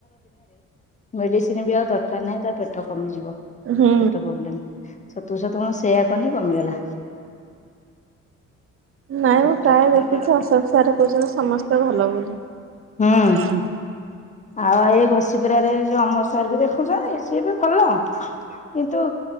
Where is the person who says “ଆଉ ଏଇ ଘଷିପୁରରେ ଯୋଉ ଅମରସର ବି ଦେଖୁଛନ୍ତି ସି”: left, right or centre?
Left